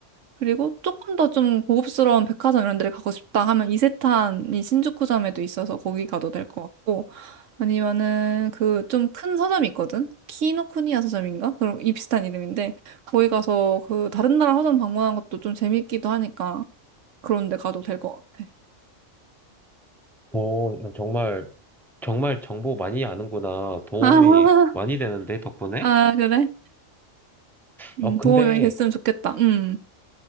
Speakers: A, on the right; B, in the centre.
A: 그리고 조금 더 좀 고급스러운 백화점 이런 데를 가고 싶다 하면 이세탄이 신주쿠점에도 있어서 거기 가도 될 것 같고, 아니면은 그 좀 큰 서점이 있거든? 키노쿠니야 서점인가? 그런 이 비슷한 이름인데, 거기 가서 그 다른 나라 서점 방문하는 것도 좀 재밌기도 하니까 그런 데 가도 될 것 같아.
B: 오, 정말 정말 정보 많이 아는구나. 도움이
A: <laughs> 아,
B: 많이 되는데, 덕분에?
A: 아, 그래? 음,
B: 어, 근데,
A: 도움이 많이 됐으면 좋겠다. 음.